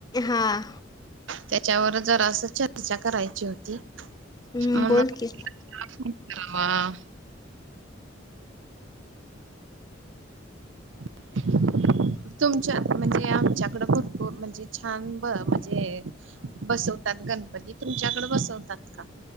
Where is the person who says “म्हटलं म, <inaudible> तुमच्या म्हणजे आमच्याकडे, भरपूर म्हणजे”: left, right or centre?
Right